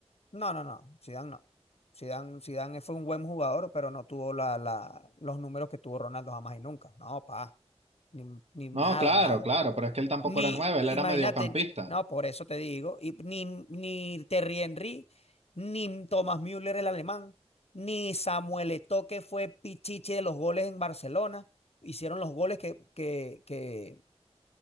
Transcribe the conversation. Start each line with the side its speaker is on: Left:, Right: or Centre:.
Left: No, no, no, Zidane no. Zidane, Zidane fue un buen jugador, pero no tuvo la, la, los números que tuvo Ronaldo jamás y nunca. No, pa, ni, ni nada,
Right: No, claro,
Left: nada.
Right: claro, pero es que él tampoco
Left: Ni,
Right: era nueve, él
Left: imagínate,
Right: era mediocampista.
Left: no, por eso te digo, y ni, ni Thierry Henry, ni Thomas Müller el alemán, ni Samuel Eto'o que fue pichiche de los goles en Barcelona, hicieron los goles que, que, que,